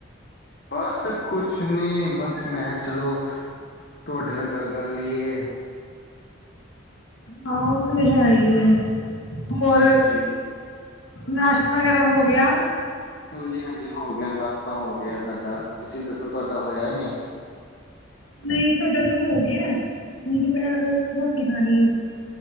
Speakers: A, on the left; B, on the left.
A: ਬਸ ਕੁਛ ਨੀ ਬਸ ਮੈਂ ਖਾਂ ਚਲੋ ਤੁਆਡੇ ਨਾਲ ਗੱਲ ਕਰ ਲਈਏ।
B: ਹਾਂ ਓ ਤੇ ਹੈਈ ਐ, ਹੋਰ
A: ਜੀ ਜੀ।
B: ਨਾਸ਼ਤਾ ਵਗੈਰਾ ਹੋ ਗੇਆ।
A: ਹਾਂਜੀ-ਹਾਂਜੀ ਹੋ ਗੇਆ ਨਾਸ਼ਤਾ ਹੋ ਗੇਆ ਸਾਡਾ ਤੁਸੀਂ ਦੱਸੋ ਤੁਆਡਾ ਹੋਏਆ ਨਈਂ।
B: ਨਈ ਸਾਡਾ ਤਾਂ ਹੋ ਗੇਆ, ਹੁਨ ਦੁਪੈਰ ਰੋਟੀ ਖਾਨੀ ਏ।